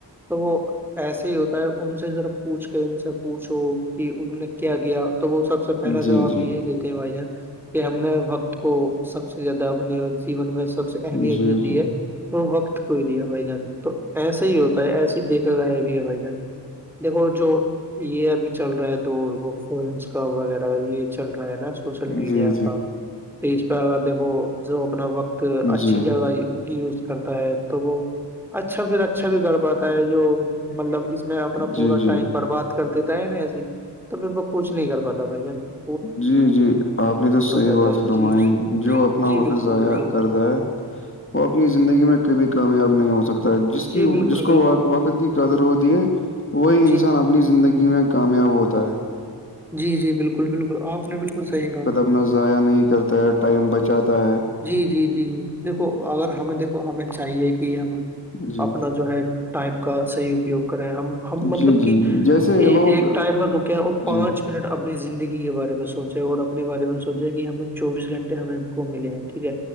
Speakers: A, in the centre; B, on the left.
A: تو وہ ایسے ہی ہوتا ہے ان سے ذرا پوچھ کے ان سے پوچھو کہ ان نے کیا کیایا تو وہ سب سے س سے پہلا
B: جی جی
A: جواب یہ دیتے ہیں بھائی جان کہ ہم نے وقت کو سب سے زیادہ اپنے جیون میں سب سے اہمیت
B: جی
A: جو
B: جی
A: دی ہے وہ وقت کو ہی دیا بھائی جان تو ایسا ہی ہوتا ہے ایسے ہی دیکھے گا ہے اب ہم بھائی جنٹ دیکھو جو یہ ابھی چل رہا ہے دور وہ فونس کا وغیرہ یہ چل رہا ہے نا سوشل میڈیا
B: جی جی
A: کا تو اس پہ اگر دیکھو جو اپنا وقت تو
B: جی
A: اچھی جگہ گ کرتا ہے تو وہ اچھا پھر اچھا بھی کر پاتا ہے جو مطلب اس میں اپنا
B: جی
A: پورا
B: جی
A: ٹائم برباد کرتےتا ہے ن ای تو پھر کچھ نہیں کر پاتتا بھائی ج
B: جی جی آپ نے تو صحیح
A: جاتا
B: بات
A: ہے
B: فرمائی
A: جی
B: جو اپنا
A: جی
B: وقت
A: بالکل
B: ضائع
A: بالکل
B: کرتا ہے وہ اپنی زندگی میں کبھی کامیاب نہیں ہو سکتا جس کی
A: جی بالکل
B: جس
A: بالکل
B: کو وقت کی قدر ہوتی ہے وہی انسان
A: جی
B: اپنی زندگی میں کامیاب ہوتا ہے
A: جی جی بالکل بالکل آپ نے بالکل صحیح کہا
B: اپتنا ضائع نہیں کرتا ہے ٹائم بچاتا ہے
A: جی جی جی جی دیکھو اگر ہمیں دیکھو ہمیں چاہیے کہ ہم
B: جی
A: اپنا جو ہے ٹائم کا صحیح اپیوگ کریں ہم ہم مطلب
B: جی
A: کہ
B: جی جیسے
A: ایک
B: لوگ
A: ٹائم میں رکے ہیں اور پانچ
B: جی
A: منٹ اپنی زندگی کے بارے میں سوچیں اور اپنے بارے میں سوچیں کہ ہمیں چوبیس گھنٹے ہمیں کو ملے ہیں ٹھیک ہے